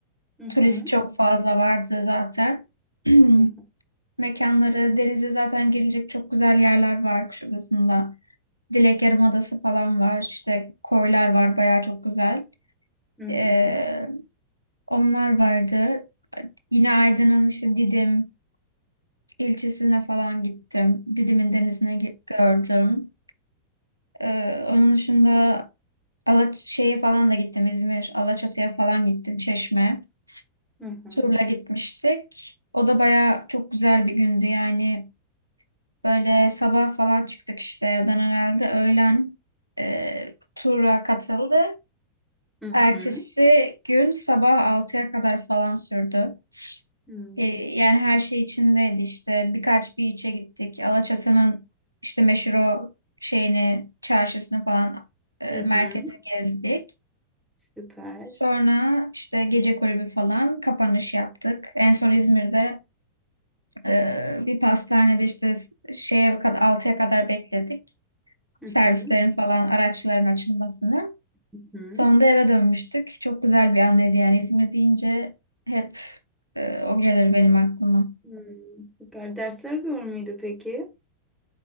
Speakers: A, in the centre; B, on the left.
A: hı
B: Turist
A: hı
B: çok fazla vardı zaten. <clears throat>
A: hı
B: Mekanları, denize zaten girilecek çok güzel yerler var Kuşadası'nda. Dilek Yarımadası falan var. İşte koylar var bayağı çok güzel.
A: hı hı.
B: Ee, onlar vardı. Yine Aydın'ın işte Didim ilçesine falan gittim. Didim'in denizine gi- gördüm. Ee, onun dışında Alaç şeye falan da gittim. İzmir, Alaçatı'ya falan gittim. Çeşme.
A: Hı hı.
B: Turla gitmiştik. O da bayağı çok güzel bir gündü yani. Böyle sabah falan çıktık işte evden herhalde. Öğlen e, tura katıldı.
A: Hı
B: Ertesi
A: hı.
B: gün sabah altıya kadar falan sürdü.
A: Hmm.
B: Ee, yani her şey içindeydi işte. Birkaç bir içe gittik. Alaçatı'nın işte meşhur o şeyini, çarşısını falan e,
A: Hı
B: merkezini
A: hı.
B: gezdik.
A: Süper.
B: Sonra işte gece kulübü falan kapanış yaptık. En son İzmir'de
A: Hı
B: e, bir pastanede işte şeye kadar 6'ya kadar bekledik. Servislerin
A: hı.
B: falan araçların açılmasını.
A: Hı hı.
B: Sonunda eve dönmüştük. Çok güzel bir anıydı
A: Hmm.
B: yani İzmir deyince hep e, o gelir benim aklıma.
A: Hmm. Süper. Dersler zor muydu peki?